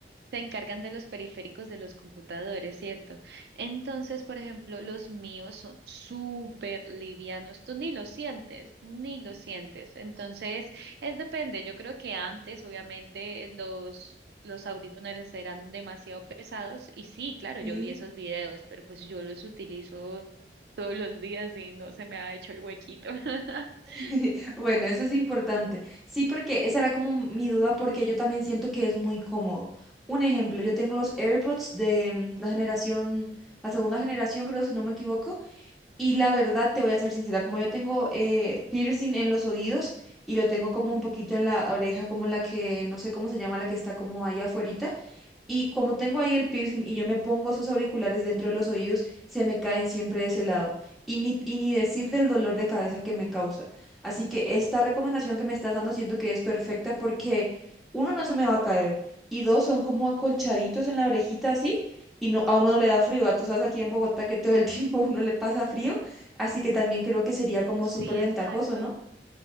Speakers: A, on the right; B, in the centre.
A: se encargan de los periféricos de los computadores, ¿cierto? Entonces, por ejemplo, los míos son súper livianos. Tú ni los sientes, ni los sientes. Entonces, es depende. Yo creo que antes, obviamente, eh, los... Los audífonos eran demasiado pesados y sí, claro,
B: sí.
A: yo vi esos videos, pero pues yo los utilizo todos los días y no se me ha hecho el huequito. <laughs>
B: <laughs> Bueno, eso es importante. Sí, porque esa era como mi duda, porque yo también siento que es muy cómodo. Un ejemplo, yo tengo los AirPods de mm, la generación, la segunda generación, creo, si no me equivoco, y la verdad te voy a ser sincera, como yo tengo eh, piercing en los oídos y lo tengo como un poquito en la oreja, como la que, no sé cómo se llama, la que está como ahí afuera, y como tengo ahí el piercing y yo me pongo esos auriculares dentro de los oídos, se me caen siempre de ese lado. Y ni, y ni decir del dolor de cabeza que me causa. Así que esta recomendación que me estás dando siento que es perfecta porque uno no se me va a caer y dos son como acolchaditos en la orejita así y no, a uno no le da frío. Ah, Tú sabes aquí en Bogotá que todo el <laughs> tiempo uno le pasa frío, así que también creo que sería como
A: Sí,
B: súper ventajoso,
A: exacto.
B: ¿no?